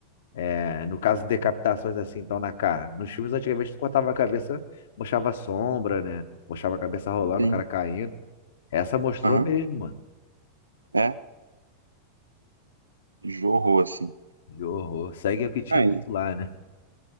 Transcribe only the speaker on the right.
sim,
aham,
é, jorrou, assim.
Ah,